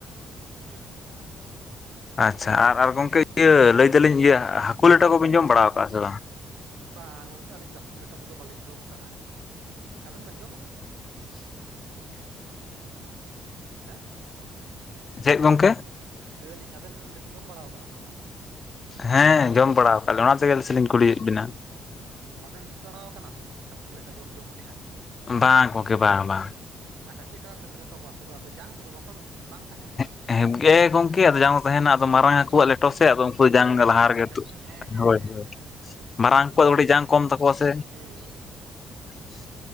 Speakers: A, on the right; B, on the left.
A: ᱦᱮᱸ ᱦᱮᱸ᱾
B: ᱟᱪᱷᱟ ᱟᱨ ᱜᱚᱝᱠᱮ ᱤᱭᱟᱹ ᱞᱟᱹᱭ ᱫᱟᱞᱤᱧ ᱤᱭᱟᱹ ᱦᱟᱹᱠᱩ ᱞᱮᱴᱟ ᱠᱚᱵᱤᱱ ᱡᱚᱢ ᱵᱟᱲᱟ ᱠᱟᱜᱼᱟ ᱥᱮ ᱵᱟᱝ?
A: ᱵᱟᱝ ᱜᱚᱝᱠᱮ ᱟᱹᱞᱤᱧ ᱫᱚ ᱦᱟᱹᱠᱩ ᱞᱮᱴᱚ ᱠᱚᱫᱚ ᱵᱟᱟᱹᱞᱤᱧ ᱡᱚᱢ ᱠᱟᱜᱼᱟ, ᱟᱵᱮᱱ ᱵᱮᱱ ᱡᱚᱢ ᱠᱟᱜᱼᱟ?
B: <inaudible>
A: ᱦᱮᱸ
B: ᱪᱮᱫ ᱜᱚᱝᱠᱮ?
A: ᱞᱟᱹᱭ ᱫᱟᱞᱤᱧ ᱟᱵᱮᱱ ᱵᱮᱱ ᱡᱚᱢ ᱵᱟᱲᱟ ᱠᱟᱜᱼᱟ ᱥᱮ ᱵᱟᱝ?
B: ᱦᱮᱸ ᱡᱚᱢ ᱵᱟᱲᱟ ᱠᱟᱜᱼᱟ ᱞᱮᱧ ᱚᱱᱟᱛᱮᱜᱮ ᱥᱮᱞᱤᱧ ᱠᱩᱞᱤᱭᱮᱫ ᱵᱤᱱᱟ ᱾
A: ᱚᱻ ᱵᱟᱵᱮᱱ ᱫᱤᱡ ᱵᱟᱲᱟ ᱠᱟᱱᱟ ᱛᱚ? ᱦᱟᱹᱠᱩ ᱞᱮᱴᱚ ᱡᱚᱢ ᱡᱚᱢ ᱛᱮ ᱦᱟᱸᱜ?
B: ᱵᱟᱝ ᱜᱚᱝᱠᱮ ᱵᱟᱝ ᱵᱟᱝ
A: ᱟᱪᱷᱟ ᱪᱮᱫᱠᱟ ᱠᱟᱛᱮᱯᱮ ᱞᱮᱴᱚ ᱠᱚᱣᱟ, ᱦᱟᱹᱠᱩ ᱫᱚ ᱟᱫᱚ ᱡᱟᱝ ᱠᱚᱫᱚ ᱵᱟᱠᱚ ᱵᱟᱝ ᱛᱟᱦᱮᱸᱱ ᱛᱮ?
B: ᱦᱮᱵᱸ ᱜᱮ ᱜᱚᱝᱠᱮ ᱟᱫᱚ ᱡᱟᱝ ᱫᱚ ᱛᱟᱦᱮᱸᱱᱟ ᱟᱫᱚ ᱢᱟᱨᱟᱝ ᱦᱟᱹᱠᱩᱣᱟᱜ ᱞᱮᱴᱚ ᱥᱮ ᱟᱫᱚ ᱡᱟᱝ ᱫᱚ ᱞᱟᱦᱟ
A: ᱟᱪᱪᱷᱟ
B: ᱨᱮᱜᱮ
A: ᱟᱪᱪᱷᱟ
B: ᱛᱳᱜ
A: ᱟᱪᱪᱷᱟ ᱦᱮᱸ ᱦᱮᱸ
B: ᱦᱳᱭ,
A: ᱦᱮᱸ
B: ᱻᱦᱳᱭ,
A: ᱦᱮᱸ ᱦᱮᱸ ᱴᱷᱤᱠ ᱴᱷᱤᱠ
B: ᱢᱟᱨᱟᱝ
A: ᱴᱷᱤᱠ
B: ᱠᱚᱣᱟᱜ ᱫᱚ ᱠᱟᱹᱴᱤᱡ ᱡᱟᱝ ᱠᱚᱢ ᱛᱟᱠᱚᱣᱟ ᱥᱮ ᱾ <unintelligible>
A: ᱦᱩᱸ ᱦᱩᱸ ᱦᱩᱸ